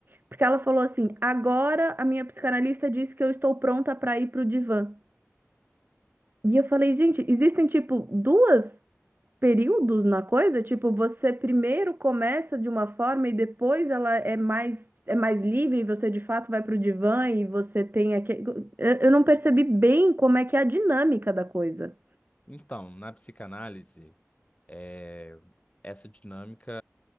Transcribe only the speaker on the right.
porque ela falou assim: agora a minha psicanalista disse que eu estou pronta para ir pro divã. E eu falei, gente, existem tipo duas períodos na coisa? Tipo, você primeiro começa de uma forma e depois ela é mais é mais livre e você de fato vai para o divã e você tem aquele... Eu eu não percebi bem como é que é a dinâmica da coisa.